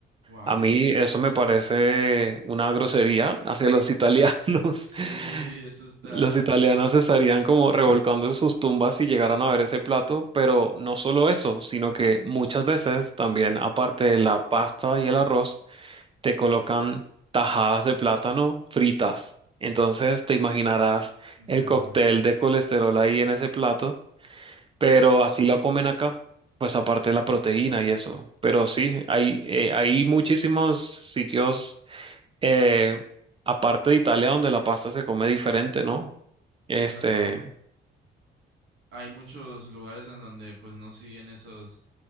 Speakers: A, on the right; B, on the right.
A: wow.
B: A mí eso me parece una grosería hacia los italianos.
A: Sí,
B: <laughs>
A: <laughs> eso está
B: Los italianos estarían como revolcando en sus tumbas si llegaran a ver ese plato, pero no solo eso, sino que muchas veces también, aparte de la pasta y el arroz, te colocan tajadas de plátano fritas. Entonces te imaginarás el
A: ya,
B: cóctel de colesterol ahí en ese plato, pero así la comen acá, pues aparte de la proteína y eso. Pero sí, hay, eh, hay muchísimos sitios, eh, aparte de Italia, donde la pasta se come diferente, ¿no? Este,
A: claro. hay muchos lugares en donde pues no siguen esos,